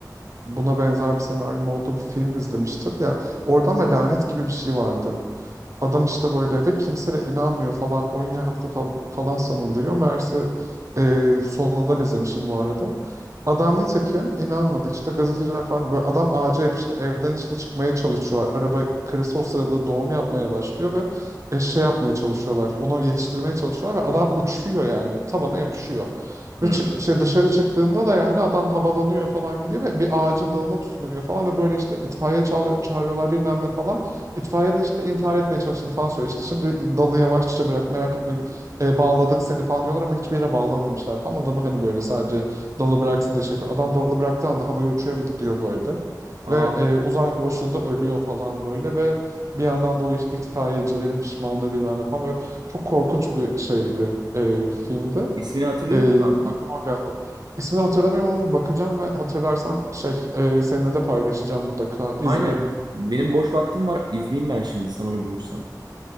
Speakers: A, on the right; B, on the right.
A: buna benzer bir senaryonun olduğu bir film izlemiştim. Ya orada ama lanet gibi bir şey vardı. Adam işte böyle ve kimse de inanmıyor falan oyun yaptı fal- falan sanılıyor. Meğerse e, sonundan izlemişim bu arada. Adam nitekim inanmadı işte gazeteciler falan böyle adam ağaca yapıştı evden işte çıkmaya çalışıyorlar. Araba karısı o sırada doğum yapmaya başlıyor ve e, şey yapmaya çalışıyorlar. Onu yetiştirmeye çalışıyorlar ve adam uçuyor yani. Tavana yapışıyor.
B: Hmm.
A: Ve çık, şey dışarı çıktığında da yani adam havalanıyor falan gidiyor ve bir ağacın dalına tutunuyor falan ve böyle işte itfaiye çağır- çağırıyorlar bilmem ne falan. İtfaiye de işte intihar etmeye çalıştığını falan söylüyor. İşte şimdi dalı yavaşça bırak merak etme e, bağladık seni falan diyorlar ama hiçbir yere bağlamamışlar falan. Adamı hani böyle sadece dalı bıraksın diye şey yapıyor. Adam dalı bıraktığı anda havaya uçuyor ve gidiyor böyle.
B: Aa,
A: Ve e, uzay boşluğunda ölüyor falan böyle ve bir yandan da o iş- itfaiyecilerin pişmanlığı bilmem ne falan böyle çok korkunç bir şeydi e, filmde.
B: İsmini hatırlıyor
A: E,
B: musun abi?
A: aklıma o geldi. İsmini hatırlamıyorum ama bakacağım ve hatırlarsam şey e, seninle de paylaşacağım mutlaka. İzle.
B: Aynen. Benim boş vaktim var. İzleyeyim ben şimdi sen onu bulursan.